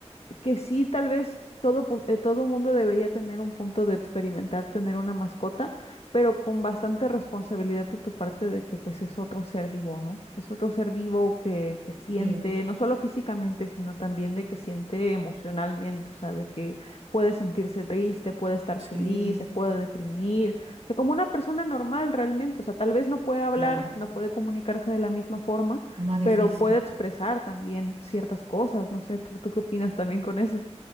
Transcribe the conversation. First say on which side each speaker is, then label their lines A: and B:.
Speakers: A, on the left; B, on the right.
A: que sí, tal vez todo, pu- eh, todo mundo debería tener un punto de experimentar tener una mascota, pero con bastante responsabilidad de tu parte de que pues es otro ser vivo, ¿no? Es otro ser vivo que, que siente,
B: Sí,
A: no solo físicamente, sino también de que siente emocionalmente, o sea, de que puede sentirse triste, puede estar
B: sí,
A: feliz, se puede deprimir, o sea, como una persona normal realmente, o sea, tal vez no puede hablar,
B: claro.
A: no puede comunicarse de la misma forma
B: Más difícil.
A: pero puede expresar también ciertas cosas. No sé, ¿tú, tú qué opinas también con eso?